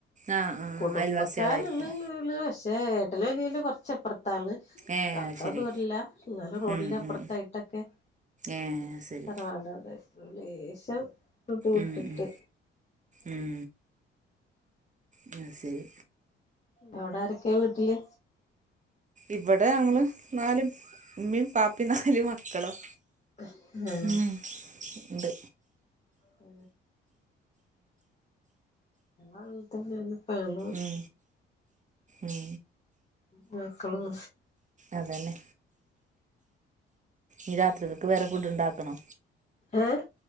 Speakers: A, on the right; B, on the left.
A: ആഹ് ആഹ്
B: കുടുംബക്കാരുള്ളള്ള
A: അയൽവാസികളായിരിക്കും
B: പക്ഷേ ഏട്ടനും അനിയനും കുറച്ച് അപ്പു പുറത്താണ്
A: ഏ
B: അത്ര
A: അത് ശരി
B: ദൂരല്ല എന്നാലും റോഡിന്റെ
A: ഉം
B: അപ്പുറത്തായിട്ടൊക്കെ
A: ഉം ഏ ശരി
B: തറവാടെടെ. ലേശം <unintelligible>
A: ഉം
B: വിട്ടിട്ട്.
A: ഉം ഉം അത് ശരി
B: ഓ അവിടാരൊക്കെയ വീട്ടില്?
A: ഇവിടെ ഞങ്ങള് നാലും ഉമ്മെം ബാപീം നാല് മക്കളും.
B: ആ
A: ഉം ഉണ്ട്
B: ആ ആ തന്നെന്ന പണ
A: ഉം ഉം
B: മക്കളും
A: അതന്നെ ഇ രാത്രിലേക്ക് വേറെ ഫുഡ് ഇണ്ടാക്കണോ
B: ഏ